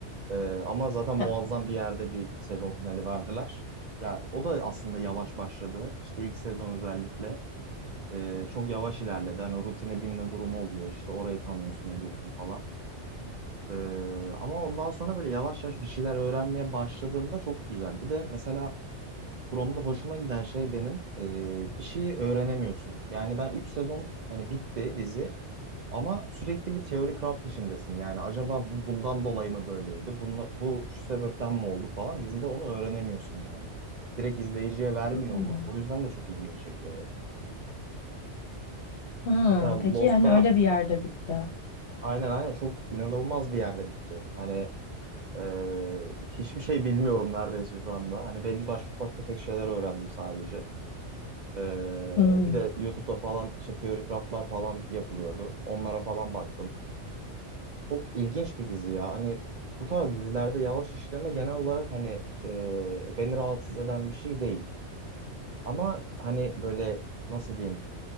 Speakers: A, on the right; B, on the left.
A: Ee, ama zaten muazzam
B: Ya-
A: bir yerde bir sezon finali verdiler. Ya o da aslında yavaş başladı. İşte ilk sezon özellikle e, çok yavaş ilerledi. Hani o rutine binme durumu oluyor. İşte orayı tanıyorsun, ediyorsun falan. Ee, ama ondan sonra böyle yavaş yavaş bir şeyler öğrenmeye başladığında çok güzel. Bir de mesela Prom'da hoşuma giden şey benim e, bir şeyi öğrenemiyorsun. Yani ben 3 sezon hani bitti dizi. Ama sürekli bir teori craft işindesin. Yani acaba bu bundan dolayı mı böyleydi? Bunla, bu şu sebepten mi oldu falan. Dizide onu öğrenemiyorsun yani. Direkt izleyiciye vermiyor
B: Hmm.
A: onu. O yüzden de çok ilgimi çekiyor benim.
B: Hmm,
A: Mesela Lost'ta
B: peki yani öyle bir yerde bitti.
A: aynen aynen çok inanılmaz bir yerde bitti. Hani e, hiçbir şey bilmiyorum neredeyse şu anda. Hani belli başlı ufak tefek şeyler öğrendim sadece. E,
B: Hmm.
A: bir de YouTube'da falan işte teori craftlar falan yapılıyordu. Onlara falan baktım. Çok ilginç bir dizi ya. Hani bu tarz dizilerde yavaş işleme genel olarak hani e, beni rahatsız eden bir şey değil. Ama hani böyle nasıl diyeyim?